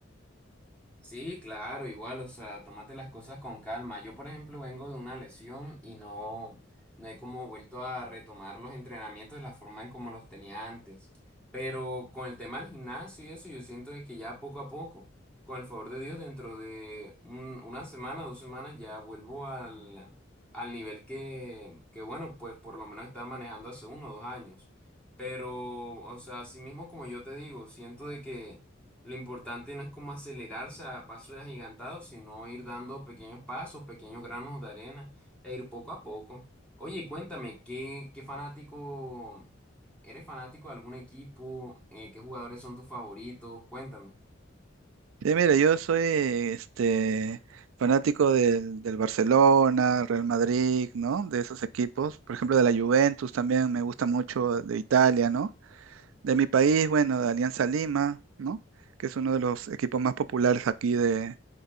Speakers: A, in the centre; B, on the right (about 85°).
A: Sí, claro, igual, o sea, tómate las cosas con calma. Yo, por ejemplo, vengo de una lesión y no, no he como vuelto a retomar los entrenamientos de la forma en como los tenía antes. Pero con el tema del gimnasio y eso, yo siento de que ya poco a poco, con el favor de Dios, dentro de un- una semana, dos semanas, ya vuelvo al, al nivel que, que, bueno, pues por lo menos estaba manejando hace uno o dos años. Pero, o sea, así mismo como yo te digo, siento de que lo importante no es como acelerarse a pasos agigantados, sino ir dando pequeños pasos, pequeños granos de arena e ir poco a poco. Oye, cuéntame, ¿qué, qué fanático, eres fanático de algún equipo? Eh, ¿qué jugadores son tus favoritos? Cuéntame.
B: Sí, mira, yo soy este fanático del, del Barcelona, Real Madrid, ¿no? De esos equipos. Por ejemplo, de la Juventus también me gusta mucho de Italia, ¿no? De mi país, bueno, de Alianza Lima, ¿no? Que es uno de los equipos más populares aquí de,